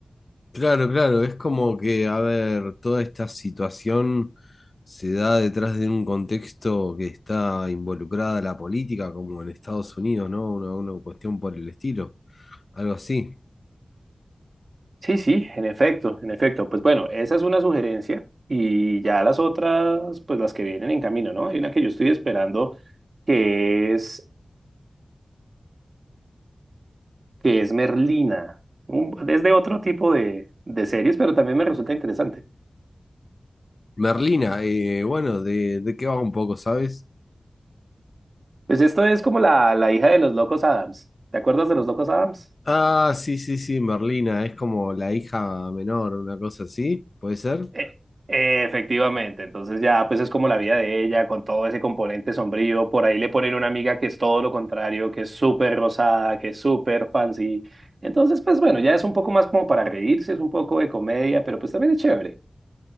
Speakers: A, on the left; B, on the right.
A: Claro, claro, es como que, a ver, toda esta situación se da detrás de un contexto que está involucrada la política, como en Estados Unidos, ¿no? Una, una cuestión por el estilo, algo así.
B: Sí, sí, en efecto, en efecto. Pues bueno, esa es una sugerencia y ya las otras, pues las que vienen en camino, ¿no? Hay una que yo estoy esperando que es, que es Merlina. Un, es de otro tipo de, de series, pero también me resulta interesante.
A: Merlina, eh, bueno, ¿de, de qué va un poco, sabes?
B: Pues esto es como la, la hija de los locos Adams. ¿Te acuerdas de los locos Adams?
A: Ah, sí, sí, sí, Merlina, es como la hija menor, una cosa así, ¿puede ser?
B: E- Efectivamente, entonces ya pues es como la vida de ella con todo ese componente sombrío, por ahí le ponen una amiga que es todo lo contrario, que es súper rosada, que es súper fancy, entonces pues bueno, ya es un poco más como para reírse, es un poco de comedia, pero pues también es chévere.